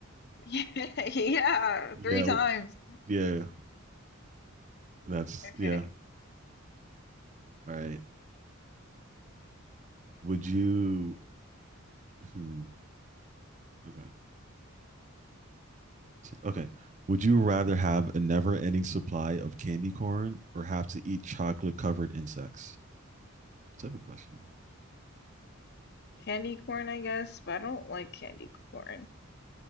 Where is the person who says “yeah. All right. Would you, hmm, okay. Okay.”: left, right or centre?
Right